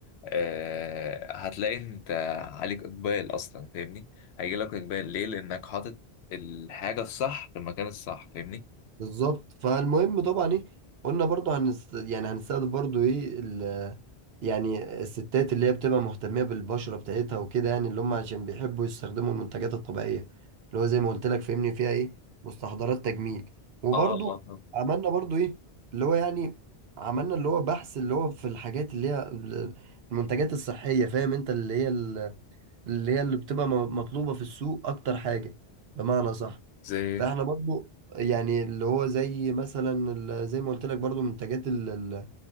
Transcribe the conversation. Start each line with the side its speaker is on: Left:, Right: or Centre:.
Left: آه، هتلاقي انت عليك اقبال اصلا فاهمني هيجي لك اقبال ليه لانك حاطط الحاجه الصح في المكان الصح فاهمني
Right: بالظبط فالمهم طبعا ايه قلنا برضو هنست... يعني هنستخدم برضو ايه ال... يعني الستات اللي هي بتبقى مهتمية بالبشرة بتاعتها وكده يعني اللي هم عشان بيحبوا يستخدموا المنتجات الطبيعية اللي هو زي ما قلت لك فهمني فيها ايه مستحضرات تجميل وبرضو
Left: اه اه آه.
Right: عملنا برضو ايه اللي هو يعني عملنا اللي هو بحث اللي هو في الحاجات اللي هي ال- المنتجات الصحية فاهم انت اللي هي ال- اللي هي اللي بتبقى م- مطلوبة في السوق اكتر حاجة بمعنى صح
Left: زي
Right: فاحنا برضو يعني اللي هو زي مثلا ال- زي ما قلت لك برضو منتجات ال- ال-